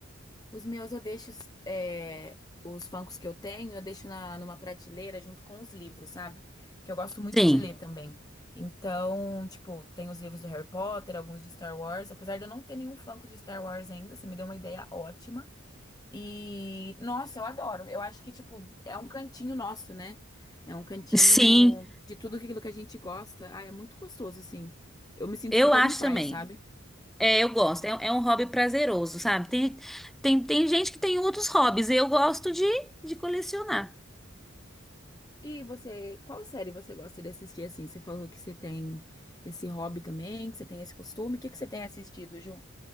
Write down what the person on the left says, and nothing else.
Os meus eu deixo, é, os funkos que eu tenho, eu deixo na, numa prateleira junto com os livros, sabe? Que eu gosto muito
de ler também. Então, tipo, tem os livros do Harry Potter, alguns de Star Wars. Apesar de eu não ter nenhum funko de Star Wars ainda, você me deu uma ideia ótima. E, nossa, eu adoro. Eu acho que, tipo, é um cantinho nosso, né? É um cantinho
de tudo aquilo que a gente gosta. Ah, é muito gostoso, assim. Eu me sinto
super
em paz,
sabe?
E você, qual série você gosta de assistir assim? Você falou que você tem esse hobby também, que você tem esse costume. O que que você tem assistido, Ju?